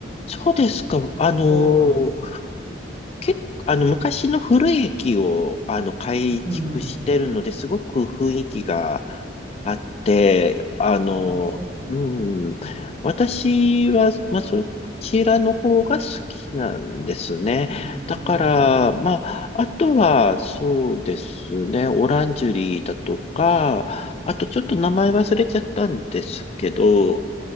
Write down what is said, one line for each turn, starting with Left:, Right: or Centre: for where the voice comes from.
Left: そうですか。あの、
Right: そうなんです。
Left: 結構、あの、昔の古い駅を、あの、改築してるので、
Right: うん、
Left: すごく雰囲気があって、あの、
Right: はい、そう、
Left: うん、私は、まあ、そちらの方が好きなんですね。
Right: うん、
Left: だから、まあ、あとは、そうですね、オランジュリーだとか、あとちょっと名前忘れちゃったんですけど、